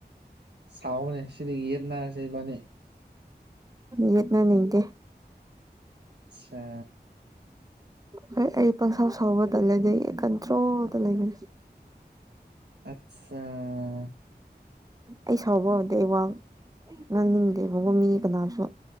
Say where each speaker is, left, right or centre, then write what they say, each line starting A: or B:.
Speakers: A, on the right; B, on the right.
A: ꯁꯥꯎꯕꯅꯦ ꯁꯤꯗ ꯌꯦꯠ ꯅꯥꯔꯁꯦ ꯏꯕꯥꯅꯤ
B: ꯌꯦꯠꯅꯅꯤꯡꯗꯦ
A: ꯁꯥ
B: ꯍꯣꯏ ꯑꯩ ꯄꯪꯁꯥꯎ ꯁꯥꯎꯕꯗ ꯂꯩꯩꯗꯦ ꯀꯟꯇ꯭ꯔꯣꯜꯗ ꯂꯩꯕꯅꯦ
A: ꯑꯠꯆꯥꯥ
B: ꯑꯩ ꯁꯥꯎꯕ ꯍꯧꯗ ꯑꯩ ꯋꯥꯡ ꯉꯥꯡꯅꯤꯡꯗꯦꯕ ꯕꯨꯡꯉꯣ ꯃꯤ ꯀꯅꯥꯁꯨ